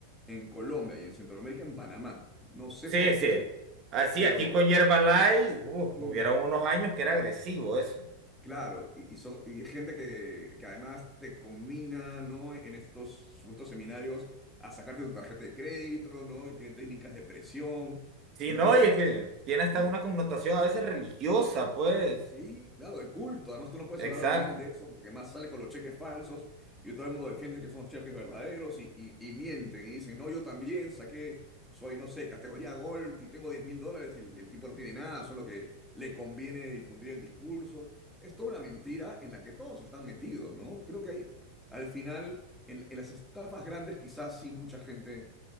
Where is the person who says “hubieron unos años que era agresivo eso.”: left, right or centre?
Right